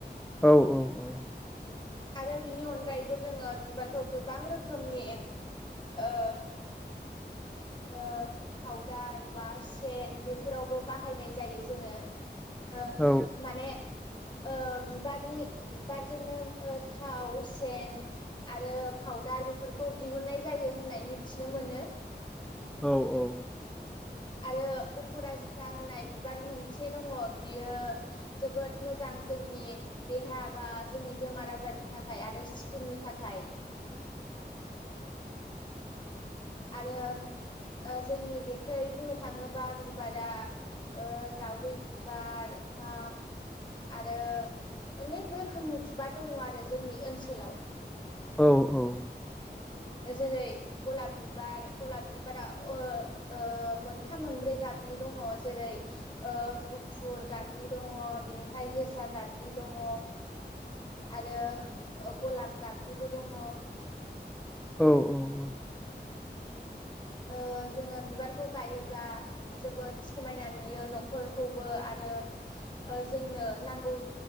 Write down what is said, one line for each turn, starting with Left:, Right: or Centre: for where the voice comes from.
Centre: औ औ औ।
Left: आरो बिनि अन गायैबो जोङो बिबारखौ गोबां रोखोमनि ओ ओ पावदार बा सेन बेफोरावबो बाहायनाय जायो जोङो। ओ
Centre: औ
Left: माने ओ बिबारनि बिबारजोंनो ओ थावस स सेन आरो फाउदार बेफोरखौ दिहुननाय जायो होननाय मिथिनो मोनो।
Centre: औ औ।
Left: आरो अपराजिता होननाय बिबार मोनसे दङ बियो जोबोद मोजां जोंनि देहा बा जोंनि बेमार आजारनि थाखाय आरो सिक्किननि थाखाय। आरो। ओ जोंनि बेखै बुंनो थाङोबा बिबारा ओ दाउदै बिबार। बा आरो अनेक रोखोमनि बिबार दङ आरो जोंनि ओनसोलाव।
Centre: औ औ
Left: जेरै गलाब बिबार गलाब बिबारा ओ ओ मोनथाम मोनब्रै गाबनि दङ जेरै ओ गुफुर गाबनि दङ बिनिफ्राय गोज फिसा गाबनि दङ। आरो ओ गलाब गाबनिबो दङ
Centre: औ औ औ
Left: ओ जोङो बिबारखौ गायोब्ला जोबोद समायना नुयो नखरखौबो आरो ओ जोंनो नांगौ